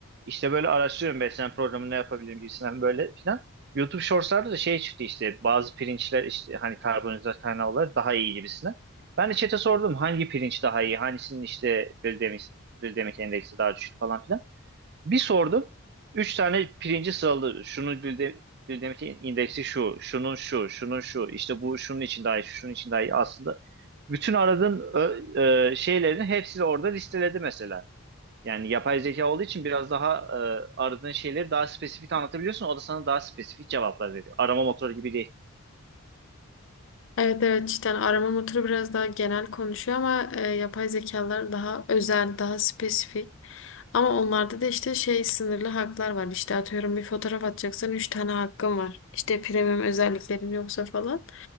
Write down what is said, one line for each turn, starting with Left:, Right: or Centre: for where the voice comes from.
Right: İşte böyle araştırıyorum beslenme programı ne yapabilirim gibisinden böyle filan. YouTube Shorts'larda da şey çıktı işte bazı pirinçler işte hani karbonhidrat kaynağı olarak daha iyi gibisinden. Ben de chat'e sordum hangi pirinç daha iyi, hangisinin işte glisemik, glisemik endeksi daha düşük falan filan. Bir sordum. Üç tane pirinci sıraladı. Şunun glide, glisemik indeksi şu, şunun şu, şunun şu, işte bu şunun için daha iyi, şunun için daha iyi. Aslında bütün aradığım ö- e, şeylerin hepsini orada listeledi mesela. Yani yapay zeka olduğu için biraz daha e, aradığın şeyleri daha spesifik anlatabiliyorsun. O da sana daha spesifik cevaplar veriyor. Arama motoru gibi değil.
Left: Evet evet cidden arama motoru biraz daha genel konuşuyor ama e, yapay zekalar daha özel, daha spesifik. Ama onlarda da işte şey sınırlı haklar var. İşte atıyorum bir fotoğraf atacaksan 3 tane hakkın var. İşte premium özelliklerin yoksa falan.